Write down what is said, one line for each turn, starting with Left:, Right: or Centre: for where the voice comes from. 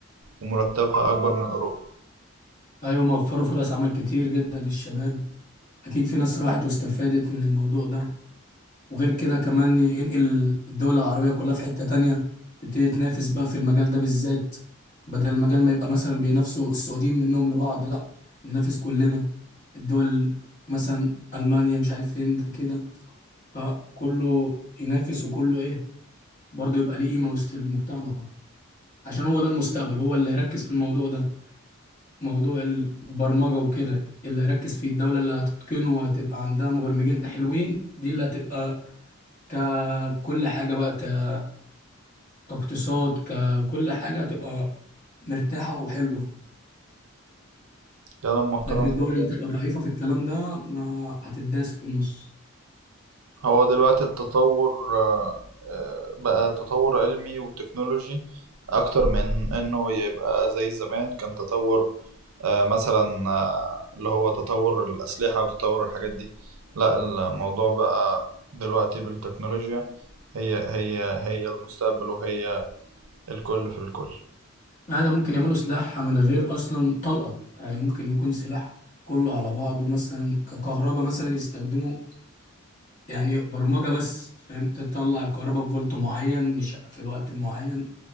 Right: ومرتبها أكبر من أوروبا
Left: ايوه موفروا فرص عمل كتير جدا للشباب اكيد في ناس راحت واستفادت من الموضوع ده وغير كده كمان ينقل الدول العربيه كلها في حته تانية تبتدي تنافس بقى في المجال ده بالذات بدل المجال ما يبقى مثلا بينافسوا السعوديين منهم لبعض لا ننافس كلنا الدول مثلا المانيا مش عارف هند كده فكله ينافس وكله ايه برضه يبقى ليه قيمة وسط المجتمع عشان هو ده المستقبل هو اللي هيركز في الموضوع ده موضوع البرمجة وكده اللي هيركز فيه الدولة اللي هتتقنه وهتبقى عندها مبرمجين حلوين دي اللي هتبقى ككل حاجة بقى ك- كاقتصاد ككل حاجة هتبقى مرتاحة وحلوة
Right: كلام محترم
Left: لكن الدول
Right: جدا
Left: اللي هتبقى ضعيفة في الكلام ده ما هتداس في النص
Right: هو دلوقتي التطور آه، آه، بقى تطور علمي وتكنولوجي اكتر من انه يبقى زي زمان كان تطور آه، مثلا آه، اللي هو تطور الاسلحة وتطور الحاجات دي لا الموضوع بقى دلوقتي بالتكنولوجيا هي هي هي المستقبل وهي الكل في الكل
Left: هذا ممكن يعملوا سلاح من غير اصلا طلقه يعني ممكن يكون سلاح كله على بعضه مثلا ككهرباء مثلا يستخدموا يعني برمجه بس فاهم تطلع الكهرباء بفولت معين مش في الوقت المعين